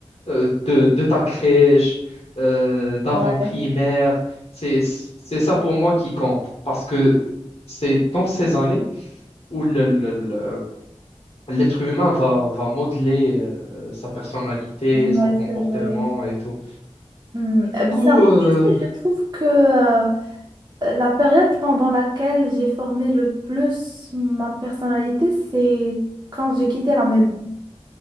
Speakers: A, on the left (about 60°); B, on the right (about 35°).
A: euh, de, de ta crèche, euh, d'avant-primaire.
B: Ouais.
A: C'est, c'est ça pour moi qui compte parce que c'est dans ces années où le- le- le- l'être humain va, va modeler euh, sa personnalité,
B: Ouais,
A: son comportement
B: c'est vrai.
A: et tout.
B: Hmm. Euh,
A: Du
B: Bizarrement,
A: coup, euh,
B: tu sais, je trouve que euh, la période pendant laquelle j'ai formé le plus ma personnalité, c'est quand j'ai quitté la maison.